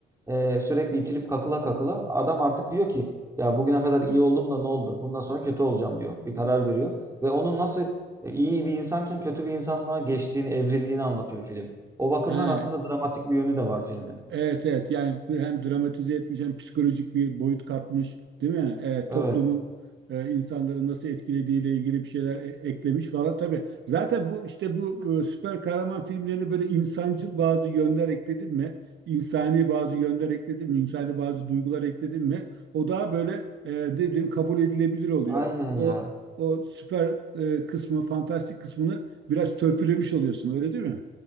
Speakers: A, on the right; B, on the right.
A: ee, sürekli itilip kakıla kakıla adam artık diyor ki ya bugüne kadar iyi oldum da ne oldu? Bundan sonra kötü olacağım diyor. Bir karar veriyor. Ve onun nasıl e, iyi bir insanken kötü bir insanlığa geçtiğini, evrildiğini anlatıyor film. O bakımdan
B: Ha,
A: aslında dramatik bir yönü de var filmin.
B: evet evet yani bir- hem dramatize etmiş hem psikolojik bir boyut katmış değil mi? Evet,
A: Evet.
B: toplumun e, insanları nasıl etkilediğiyle ilgili bir şeyler e- eklemiş falan tabii. Zaten bu işte bu e, süper kahraman filmlerine böyle insancıl bazı yönler ekledin mi? İnsani bazı yönler ekledin mi? İnsani bazı duygular ekledin mi? O daha böyle e, dediğim kabul edilebilir oluyor.
A: Aynen
B: O
A: ya.
B: o süper e, kısmı, fantastik kısmını biraz törpülemiş oluyorsun öyle değil mi?